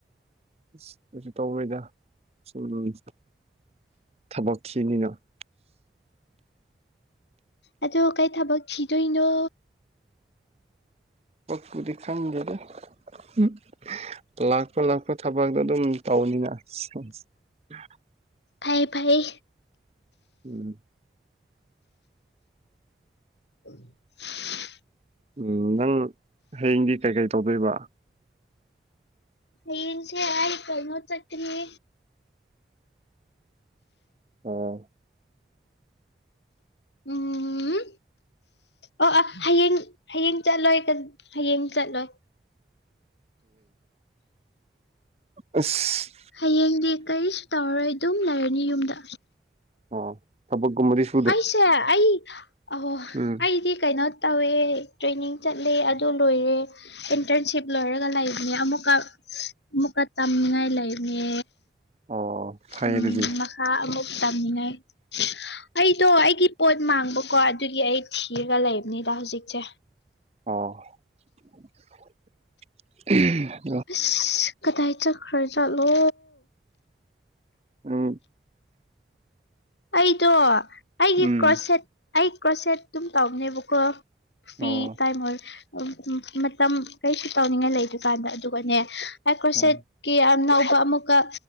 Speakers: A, on the right; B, on the left.
A: ꯀꯩꯁꯨ ꯇꯧꯔꯣꯏꯗ ꯁꯨ ꯅꯣꯝꯕꯥ ꯊꯕꯛ ꯊꯤꯅꯤꯅꯥ
B: ꯑꯗꯣ ꯀꯩ ꯊꯕꯛ ꯊꯤꯗꯣꯏꯅꯣ
A: ꯊꯕꯀꯄꯨꯗꯤ ꯈꯪꯗꯦꯗꯥ <unintelligible> ꯂꯥꯛꯄ ꯂꯥꯛꯄ ꯊꯕꯛ ꯑꯗꯨꯝ ꯇꯧꯅꯤꯅ <unintelligible>
B: ꯐꯩ ꯐꯩ
A: ꯎꯝ
B: <unintelligible> <unintelligible>
A: ꯎꯝ ꯅꯪ ꯍꯌꯦꯡꯗꯤ ꯀꯩꯀꯩ ꯇꯧꯗꯣꯏꯕ
B: ꯍꯌꯦꯡꯁꯦ ꯑꯩ ꯀꯩꯅꯣ ꯆꯠꯀꯅꯤ
A: ꯑꯣ
B: ꯎꯝꯝ ꯑꯣ ꯑ ꯍꯌꯦꯡ ꯍꯌꯦꯡ ꯆꯠꯂꯣꯏ ꯍꯌꯦꯡ ꯆꯠꯂꯣꯏ꯫
A: ꯑꯁ꯫
B: ꯍꯌꯦꯡꯗꯤ ꯀꯔꯤꯁꯨ ꯇꯧꯔꯔꯣꯏ ꯑꯗꯨꯝ ꯂꯩꯔꯅꯤ ꯌꯨꯝꯗ꯫
A: ꯑꯣ ꯊꯕꯛꯀꯨꯝꯕꯗꯤ ꯁꯨꯝ꯫
B: ꯑꯩꯁꯦ ꯑꯩ ꯑꯍꯣ
A: ꯎꯝ
B: ꯑꯩꯗꯤ ꯀꯩꯅꯣ꯫ ꯇꯧꯋꯦ ꯇ꯭ꯔꯦꯅꯤꯡ ꯆꯠꯂꯦ ꯑꯗꯨ ꯂꯣꯏꯔꯦ ꯏꯟꯇꯔꯟꯁꯤꯞ ꯂꯣꯏꯔꯒ ꯂꯩꯕꯅꯦ ꯑꯃꯨꯛꯀ ꯃꯨꯛꯀ ꯇꯝꯅꯤꯡꯉꯥꯏ ꯂꯩꯕꯅꯦ꯫
A: ꯑꯣ ꯐꯩ
B: ꯎꯝ
A: ꯑꯗꯨꯗꯤ
B: ꯃꯈꯥ ꯑꯃꯨꯛ ꯇꯥꯃꯤꯟꯅꯩ ꯑꯩꯗꯣ ꯑꯩꯒꯤ ꯄꯣꯠ ꯃꯥꯡꯕꯀꯣ ꯑꯗꯨꯒꯤ ꯑꯩ ꯊꯤꯔꯒ ꯂꯩꯕꯅꯤꯗ ꯍꯧꯖꯤꯛꯁꯦ꯫
A: ꯑꯣ꯫
B: ꯑꯁ ꯀꯗꯥꯏ ꯆꯠꯈꯔ ꯖꯠꯂꯣ꯫
A: ꯎꯝ꯫
B: ꯑꯩꯗꯣ ꯑꯩꯒꯤ
A: ꯎꯝ
B: ꯀ꯭ꯔꯣꯁꯦꯠꯒꯤ ꯑꯩ ꯀ꯭ꯔꯣꯁꯦꯠ ꯑꯗꯨꯝ ꯇꯧꯕꯅꯦꯕꯀꯣ꯫ ꯐꯤ
A: ꯑꯣ
B: ꯇꯥꯏꯃꯔ ꯃꯇꯝ ꯀꯔꯤꯁꯨ ꯇꯧꯅꯤꯡꯉꯥꯏ ꯂꯩꯗ ꯀꯥꯟꯗ ꯑꯗꯨꯒꯅꯦ ꯇꯥꯏ ꯀ꯭ꯔꯣꯁꯦꯠ
A: ꯑꯣ
B: ꯀꯦ ꯌꯥꯝ ꯅꯧꯕ ꯑꯃꯨꯛꯀ